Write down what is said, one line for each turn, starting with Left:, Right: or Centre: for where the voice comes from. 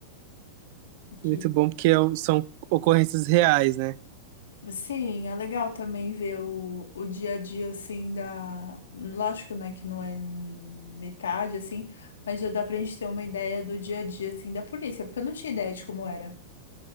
Left: que
Right: Muito bom, porque são ocorrências reais, né?
Left: Sim, é legal também ver o, o dia a dia assim da. Lógico, né, que não é metade assim, mas já dá pra gente ter uma ideia do dia a dia assim da polícia, porque eu não tinha ideia de como era.